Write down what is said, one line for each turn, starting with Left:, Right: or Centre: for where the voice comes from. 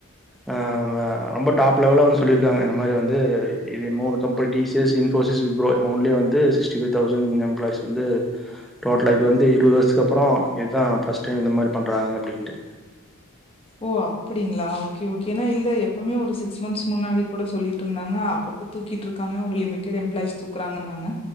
Centre: ஆ வ ரொம்ப டாப் லெவல்ல வந்து சொல்லியிருக்காங்க இந்த மாரி வந்து இது மூணு company T C S, Infosys, Wipro மூண்லயு வந்து சிக்ஸ்டிஃபைவ் தௌசண்ட் எம்ப்ளாய்ஸ் வந்து டோட்டலா இது வந்து இருவது வர்ஷ்க்கப்புறோ இதுதா ஃபர்ஸ்ட் டைம் இந்த மாரி பண்றாங்க அப்டின்ட்டு
Left: ஓ! அப்டிங்ளா! ஓகே! ஓகே! ஏன்னா! இல்ல எப்பவுமே ஒரு சிக்ஸ் மந்த்ஸ் முன்னாடி கூட சொல்லிட்டுருந்தாங்க அப்ப தூக்கிட்டுருக்காங்க ஒரு லிமிடெட் எம்ப்ளாய்ஸ் தூக்குறாங்கன்னாங்க